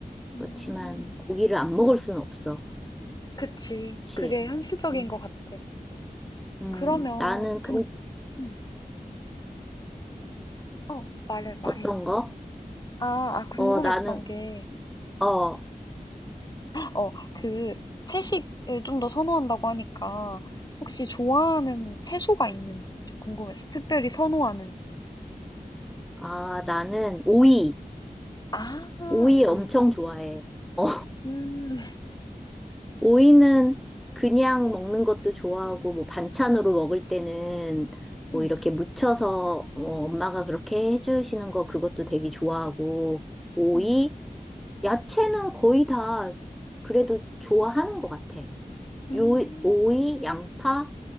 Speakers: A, on the left; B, in the centre.
A: 음. 음.
B: 그렇지만 고기를 안 먹을 순 없어.
A: 그치.
B: 그치.
A: 그게 현실적인
B: 음,
A: 것 같아.
B: 음,
A: 그러면
B: 나는
A: 좀
B: 그,
A: 음. 어, 말해 말해.
B: 어떤 거?
A: 아, 아 궁금했던
B: 어, 나는,
A: 게
B: 어,
A: 어, 그 채식을 좀 더 선호한다고 하니까 혹시 좋아하는 채소가 있는지 좀 궁금해서 특별히 선호하는
B: 아, 나는 오이.
A: 아,
B: 오이
A: 오이.
B: 엄청 좋아해. 어,
A: 음,
B: 오이는 그냥 먹는 것도 좋아하고, 뭐 반찬으로 먹을 때는 뭐
A: 음,
B: 이렇게 무쳐서 어, 엄마가 그렇게 해주시는 거 그것도 되게 좋아하고, 오이,
A: 음,
B: 야채는 거의 다 그래도 좋아하는 것 같아.
A: 음.
B: 요, 오이, 양파,